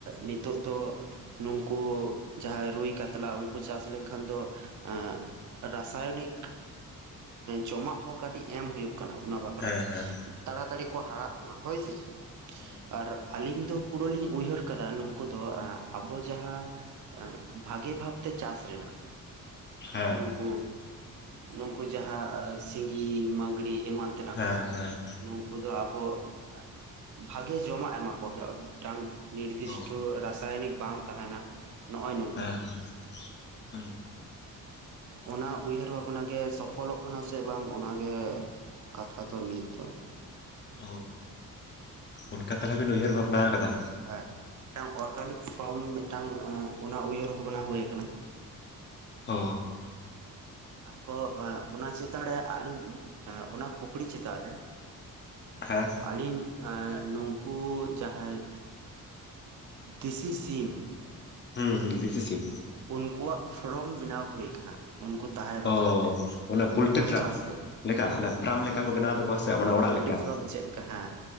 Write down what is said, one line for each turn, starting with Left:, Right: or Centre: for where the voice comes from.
Right: ᱱᱤᱛᱚᱜ ᱫᱚ ᱱᱩᱝᱠᱩ ᱡᱟᱦᱟᱸᱭ ᱨᱩᱭ ᱠᱟᱛᱞᱟ ᱩᱱᱠᱩ ᱪᱟᱥ ᱞᱮᱱᱠᱷᱟᱱ ᱫᱚ ᱮ ᱨᱟᱥᱟᱭᱚᱱᱤᱠ ᱡᱚᱢᱟᱜ ᱦᱚᱸ ᱠᱟᱹᱴᱤᱡ ᱮᱢ ᱦᱩᱭᱩᱜ ᱠᱟᱱᱟ ᱚᱱᱟ ᱵᱟᱠᱷᱨᱟ
Left: ᱦᱮᱸ
Right: ᱛᱮ
Left: ᱦᱮᱸ
Right: ᱛᱟᱲᱟ ᱛᱟᱲᱤ ᱠᱚ ᱦᱟᱨᱟᱜ ᱢᱟ ᱦᱳᱭ ᱥᱮ ᱪᱮᱫ
Left: ᱦᱮᱸ
Right: ᱟᱨ ᱟᱹᱞᱤᱧ ᱫᱚ ᱯᱩᱨᱟᱹ ᱞᱤᱧ ᱩᱭᱦᱟᱹᱨ ᱟᱠᱟᱫᱟ ᱱᱩᱠᱩ ᱫᱚ ᱟᱵᱚ ᱡᱟᱦᱟᱸ ᱵᱷᱟᱜᱤ ᱵᱷᱟᱵᱛᱮ ᱪᱟᱹᱥ ᱨᱮᱱᱟᱜ
Left: ᱦᱮᱸ
Right: ᱱᱩᱠᱩ ᱱᱩᱠᱩ ᱡᱟᱦᱟᱸ ᱥᱤᱸᱜᱤ ᱢᱟᱜᱽᱲᱼᱼ ᱤ ᱮᱢᱟᱱ ᱛᱮᱱᱟᱜ
Left: ᱦᱮᱸ
Right: ᱠᱚ
Left: ᱦᱮᱸ
Right: ᱱᱩᱠᱩ ᱫᱚ ᱟᱵᱚ ᱵᱷᱟᱜᱮ ᱡᱚᱢᱟᱜ ᱮᱢᱟ ᱠᱚ ᱠᱚ ᱦᱩᱭᱩᱜ ᱢᱤᱫᱴᱟᱝ ᱱᱤᱨᱫᱤᱥᱴᱚ
Left: ᱚ
Right: ᱨᱟᱥᱟᱭᱚᱱᱤᱠ ᱵᱟᱝ ᱛᱟᱦᱮᱱᱟ ᱱᱚᱜᱼᱚᱭ ᱱᱚᱝᱠᱟᱱᱟᱜ
Left: ᱦᱮᱸ ᱦᱮᱸ
Right: ᱚᱱᱟ ᱩᱭᱦᱟᱹᱨ ᱵᱷᱟᱵᱽᱱᱟ ᱜᱮ ᱥᱚᱯᱷᱚᱞᱚᱜ ᱠᱟᱱᱟ ᱥᱮ ᱵᱟᱝ ᱚᱱᱟᱜᱮ ᱠᱟᱛᱷᱟ ᱫᱚ ᱛᱚ ᱱᱤᱛᱚᱜ
Left: ᱚ ᱚᱱᱠᱟ ᱛᱟᱦᱚᱞᱮ ᱵᱤᱱ ᱩᱭᱦᱟᱹᱨ ᱵᱷᱟᱵᱱᱟ ᱟᱠᱟᱫᱟ᱾
Right: ᱦᱮᱸ ᱢᱤᱫᱴᱟᱝ ᱚᱨᱜᱟᱱᱤᱠ ᱯᱷᱨᱢ ᱢᱤᱫᱴᱟᱝ ᱚᱱᱟ ᱩᱭᱦᱟᱹᱨ ᱵᱷᱟᱵᱽᱱᱟ ᱦᱩᱭ ᱟᱠᱟᱱᱟ <inaudible>
Left: ᱚ
Right: ᱟᱨᱦᱚᱸ ᱚᱱᱟ ᱪᱮᱛᱟᱱ ᱨᱮ ᱟᱹᱞᱤᱧ ᱯᱩᱠᱲᱤ ᱪᱮᱛᱟᱱ ᱨᱮ
Left: ᱦᱮᱸ
Right: ᱟᱹᱞᱤᱧ ᱮ ᱱᱩᱠᱩ ᱡᱟᱦᱟᱸᱭ ᱫᱤᱥᱤ ᱥᱤᱢ
Left: ᱦᱮᱸ ᱦᱮᱸ ᱰᱤᱥᱤ ᱥᱤᱢ
Right: ᱩᱱᱠᱩᱣᱟᱜ ᱯᱷᱨᱚᱢ ᱵᱮᱱᱟᱣ ᱦᱩᱭ ᱟᱠᱟᱱᱟ᱾ ᱩᱱᱠᱩ ᱛᱟᱦᱮᱸ ᱵᱟᱠᱷᱨᱟ
Left: ᱚ
Right: ᱛᱮ
Left: ᱚᱱᱟ ᱯᱳᱞᱴᱨᱤ
Right: ᱩᱱᱠᱩ ᱦᱚᱸ
Left: ᱯᱷᱟᱨᱢ
Right: ᱪᱟᱥ ᱦᱩᱭᱩᱜ
Left: ᱞᱮᱠᱟ ᱚᱱᱟ ᱯᱨᱟᱢ ᱞᱮᱠᱟ ᱠᱚ ᱵᱮᱱᱟᱣ ᱛᱟᱠᱚᱣᱟ ᱥᱮ ᱚᱱᱟ ᱚᱲᱟᱜ
Right: ᱯᱳᱞᱴᱤᱨᱤ
Left: ᱞᱮᱠᱟ
Right: ᱯᱷᱟᱨᱢ ᱪᱮᱫ ᱞᱮᱠᱟ ᱦᱮᱸ